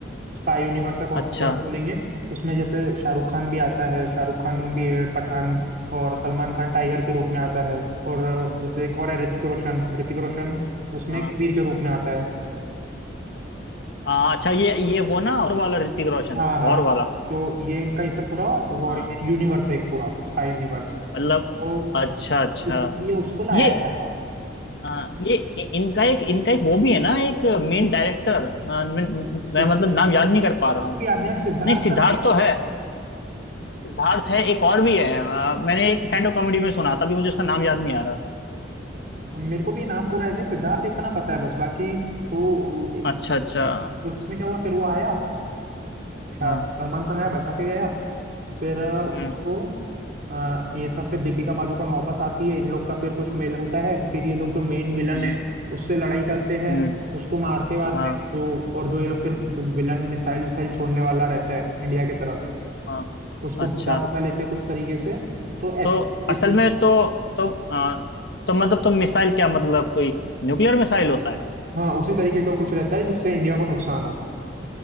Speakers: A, on the right; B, on the left.
A: स्पाई यूनिवर्स का कॉप
B: अच्छा
A: यूनिवर्स बोलेंगे उसमें जैसे शाहरुख खान भी आता है शाहरुख खान भी है पठान और सलमान खान टाइगर के रूप में आता है और जैसे एक और है ऋतिक रोशन ऋतिक रोशन उसमें
B: हाँ
A: कबीर के रूप में आता है
B: हाँ, अच्छा ये ये वो ना और वाला ऋतिक रोशन
A: हाँ हाँ
B: वॉर वाला
A: तो ये इनका ये सब पूरा वॉर
B: हाँ
A: यूनिवर्स है एक पूरा स्पाई यूनिवर्स
B: मतलब
A: तो
B: अच्छा अच्छा
A: इसलिए उसको लाया
B: ये
A: गया था
B: हाँ, ये इ- इनका एक इनका एक वो भी है ना एक मेन डायरेक्टर मैं
A: सिद्ध-
B: मैं मतलब नाम याद नहीं कर पा रहा हूँ
A: भी याद नहीं यार, सिद्धार्थ
B: नहीं सिद्धार्थ
A: पर
B: तो है सिद्धार्थ है एक और भी है अ, मैंने एक स्टैंड अप कॉमेडी में सुना था अभी मुझे उसका नाम याद नहीं आ रहा
A: मेरे को भी नाम पूरा याद नहीं सिद्धार्थ इतना पता है बस बाकी तो
B: अच्छा अच्छा
A: तो इसमें क्या हुआ फिर वो आया अच्छा,
B: हाँ
A: सलमान खान आया बचा के गया फिर अ, उसको
B: हम्म
A: अ, ये सब फिर दीपिका पादुकोण वापस आती है इन लोग का फिर कुछ मेल होता है फिर ये लोग जो मेन विलन
B: हम्म
A: है उससे लड़ाई करते हैं
B: हम्म,
A: उसको मारते वारते
B: हाँ
A: जो और जो ये लोग फिर जो विलन मिसाइल विसाइल छोड़ने वाला रहता है इंडिया की तरफ
B: हाँ
A: उसको
B: अच्छा
A: बचा बचा लेते हैं कुछ तरीके से तो ऐसे
B: तो असल
A: इस
B: में तो तो अ, तो मतलब तो मिसाइल क्या मतलब कोई न्यूक्लियर मिसाइल होता है
A: हाँ उसी तरीके का कुछ रहता है जिससे इंडिया को नुकसान हो